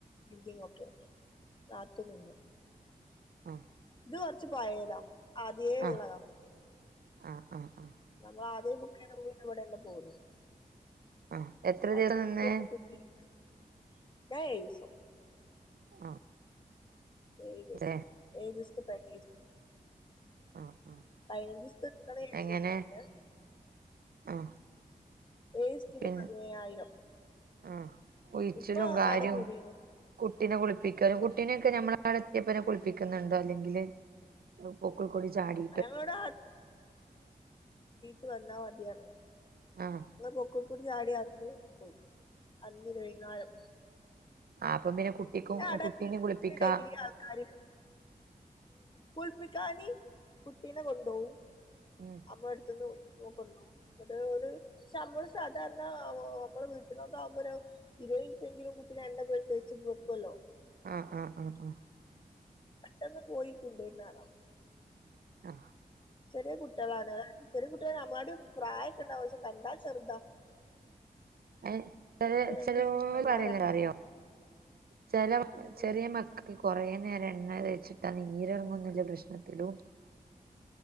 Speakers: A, on the left; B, on the right.
A: ബിൽഡിങ് ഒക്കെ നാട്ടിൽ <unintelligible> നിന്ന്
B: ആഹ്
A: ഇത് കൊറച്ച് പഴയതാ ആദിയെ
B: ആഹ്
A: ഉള്ളതാ
B: ആഹ് ആഹ് ആഹ്
A: നമ്മള് ആദ്യം ബുക്ക് ചെയ്ത് പോകുന്നു ഇന്ന് ഇവിടെ നിന്ന് പോകുന്നു
B: ആഹ് എത്ര
A: പിക്കടെ
B: ദിവസം നിന്നേ
A: ഞൻ <unintelligible> യയ്സോ
B: ആഹ്
A: ഏഴ് ദിവസം
B: അതെ
A: ഏഴ് ദിവസത്തെ പാക്കേജ്
B: ആഹ് ആഹ്
A: പതിനഞ്ച് ദിവസത്തെ എടുക്കണേ ചേച്ചി
B: എങ്ങനെ
A: പിന്നെ -
B: ആഹ്
A: ഏഴ് ദിവസത്തിന്
B: പിൻ
A: പതിനയ്യായിരം
B: ആഹ് ഉഴിച്ചിലും
A: ഇപ്പൊ
B: കാര്യവും-
A: ആടെ കൂടീണ്
B: കുട്ടിനെ കുളിപ്പിക്കാനും കുട്ടിനൊക്കെ ഞമ്മള് അവിടെ എത്തിപ്പനെ കുളിപ്പിക്കുന്നുണ്ടോ അല്ലെങ്കില് പൊക്കിൾ കൊടി ചാടി
A: ഞങ്ങളോട് <inaudible> വന്നാ മതി പറഞ്ഞ്
B: ആഹ്
A: പൊക്കിൾക്കുടി ചാടി അന്ന് പോയി അന്ന് വൈന്നേരം
B: ആ അപ്പൊ പിന്നെ കുട്ടിക്കും
A: ആടെ
B: കുട്ടീനെ കുളിപ്പിക്കാ
A: ഡെയിലി ആൾക്കാര് കുൾപ്പിക്കാനി കുട്ടീനെ കൊണ്ടോവും
B: ഉം
A: അമ്മ അടുത്തുന്ന് നോക്കള്ളോ ഇവിടെ ഒരു ശമ്പൾ സാധാരണ നമ്മള് വീട്ടിനൊക്കെ ആകുമ്പോലോ ഇരുപത് മിനിട്ടെങ്കിലും കുട്ടിനെ എണ്ണ തേച്ച് വെക്കുല്ലോ
B: ആഹ് ആഹ് ആഹ് ആഹ്
A: പെട്ടെന്ന് പോയിക്കൊണ്ടുന്നാണോ
B: ആഹ്
A: ചെറിയ കുട്ടികളാണ് അത് ചെറിയ കുട്ടീള നമ്മാട് പ്രായൊക്കെ ഉണ്ടാവും പക്ഷെ കണ്ടാ ചെറുതാ
B: !!!!!!! <unintelligible>
A: അത് രണ്ട്
B: ചില
A: ചെക്കന്മാരാ
B: പറേല്ലൊ അറിയോ ചില ചെറിയ
A: ഉം
B: മക്ക ക്ക് കുറേ നേരം എണ്ണ തേച്ചിട്ടാ നീരിറങ്ങന്നില്ല പ്രശ്നത്തിലും